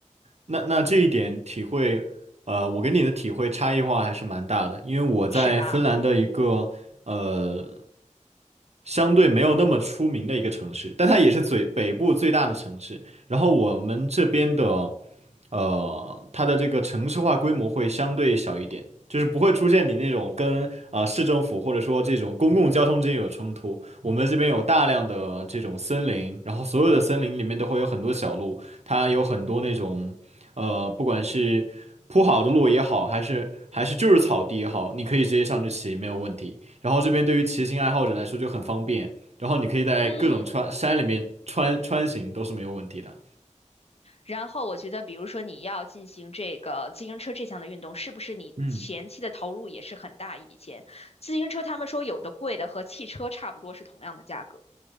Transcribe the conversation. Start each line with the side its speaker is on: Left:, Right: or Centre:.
Right: 那那这一点体会，呃，我跟你的体会差异化还是蛮大的，因为我在芬兰的一个呃
Left: 是吧？
Right: 相对没有那么出名的一个城市，但它也是最北部最大的城市。然后我们这边的呃，它的这个城市化规模会相对小一点，就是不会出现你那种跟啊市政府或者说这种公共交通之间有冲突。我们这边有大量的这种森林，然后所有的森林里面都会有很多小路。它有很多那种，呃，不管是铺好的路也好，还是还是就是草地也好，你可以直接上去骑，没有问题。然后这边对于骑行爱好者来说就很方便，然后你可以在各种穿山里面穿穿行都是没有问题的。
Left: 嗯。然后我觉得，比如说你要进行这个自行车这项的运动，是不是你前期的投入也是很大一笔钱？
Right: 嗯。
Left: 自行车他们说有的贵的和汽车差不多是同样的价格。